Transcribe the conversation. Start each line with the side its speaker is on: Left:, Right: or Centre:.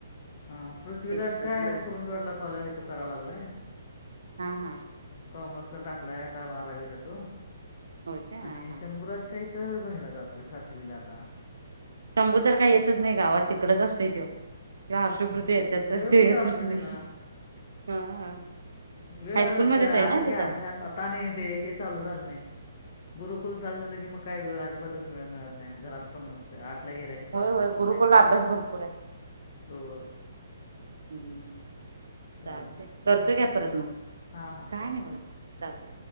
Left: हा पृथ्वीराज
Right: हे दिवस
Left: काय कुरुंदवाडला काय ते करायला लागलाय.
Right: हा हा
Left: कॉमर्सचा टाकलाय आता बारावीला तो
Right: होय काय हा
Left: आणि
Right: हा
Left: शंभुराज काही तर राहिला जातोय सातवीला का
Right: शंभू तर काही येतच नाही गावात. तिकडच असतो हाऊस पुरतं
Left: नाही
Right: येतच
Left: वेळ
Right: त येतच
Left: कुठं असतो
Right: नाही.
Left: त्याला
Right: हा हा.
Left: वेळ
Right: हायस्कूलमध्येच
Left: आले
Right: आहे ना तिथं
Left: की अभ्यास आता नाही दे हे चालू झालं नाही गुरुकुल चालु झाले की मग काय वेळ अजिबातच वेळ मिळत नाही घरात पण नसते आठ ला गेला की
Right: होय
Left: पाचला
Right: होय
Left: संध्याकाळी
Right: गुरुकुलला अभ्यास भरपूर आहे
Left: हो.
Right: हम्म हम्म
Left: चालतं
Right: चालते करतोय
Left: आणि
Right: घ्या
Left: काय
Right: परत मग
Left: हां हां
Right: काय
Left: कर
Right: नाही बघा. चालते.